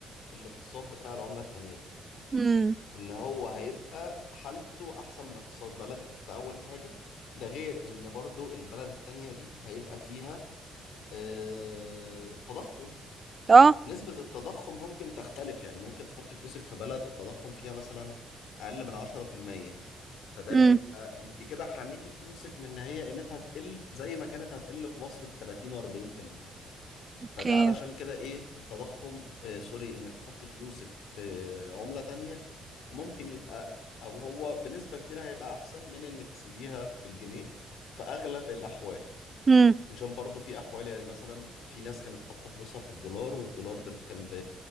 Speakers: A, on the left; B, on the right.
A: الاقتصاد بتاع العملة التانية دي
B: امم
A: ان هو هيبقى حالته احسن من اقتصاد بلدك ده اول حاجة ده غير ان برضو البلد التانية دي هيبقى فيها آه تضخم
B: اه
A: نسبة التضخم ممكن تختلف يعني ممكن تحطي فلوسك في بلد التضخم فيها مثلا اقل من 10% فده
B: امم
A: بيبقى انت كده حميتي فلوسك من ان هي قيمتها تقل زي ما كانت هتقل في مصر ب 30 و40%
B: اوكي
A: فده علشان كده ايه التضخم آه سوري انك تحطي فلوسك في عملة تانية ممكن يبقى او هو بنسبة كبيرة هيبقى احسن من انك تسيبيها في الجنيه في اغلب الاحوال
B: امم
A: عشان برضو في احوال يعني مثلا في ناس كانت حاطه فلوسها في الدولار والدولار ده كان ب